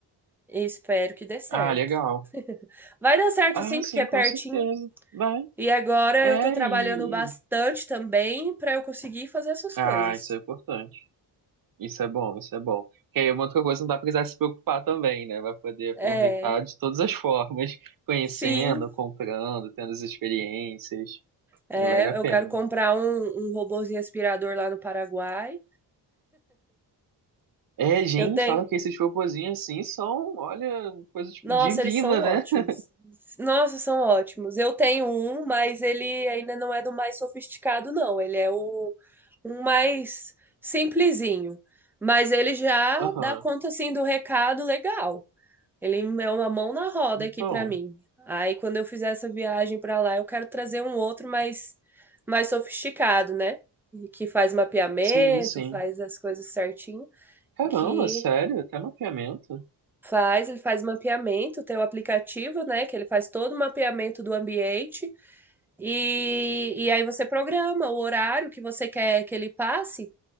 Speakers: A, in the centre; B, on the right.
A: E espero que dê certo.
B: Ah, legal.
A: Vai dar certo
B: Ah,
A: sim, porque
B: sim,
A: é pertinho
B: com certeza. Vai.
A: E agora
B: É,
A: eu tô trabalhando
B: e.
A: bastante também para eu conseguir fazer essas
B: Ah,
A: coisas.
B: isso é importante. Isso é bom, isso é bom. Que aí é uma outra coisa não dá pra precisar se preocupar também, né? Vai poder
A: É,
B: aproveitar de todas as formas, <laughs> conhecendo,
A: sim,
B: comprando, tendo as experiências.
A: é,
B: Vale a
A: eu
B: pena.
A: quero comprar um, um robozinho aspirador lá no Paraguai.
B: É, gente,
A: Eu tenho.
B: falam que esses robozinhos assim são, olha, coisa tipo
A: Nossa,
B: divina,
A: eles são
B: né?
A: ótimos.
B: <laughs>
A: Nossa, são ótimos. Eu tenho um, mas ele ainda não é do mais sofisticado, não. Ele é o um mais simplesinho. Mas ele já
B: Aham.
A: dá conta assim do recado legal. Ele é uma mão na roda
B: Então,
A: aqui para mim. Aí quando eu fizer essa viagem para lá, eu quero trazer um outro mais mais sofisticado, né? Que faz mapeamento,
B: sim, sim.
A: faz as coisas certinho,
B: Caramba,
A: que
B: sério? Até mapeamento?
A: faz, ele faz mapeamento, tem o aplicativo, né, que ele faz todo o mapeamento do ambiente e, e aí você programa o horário que você quer que ele passe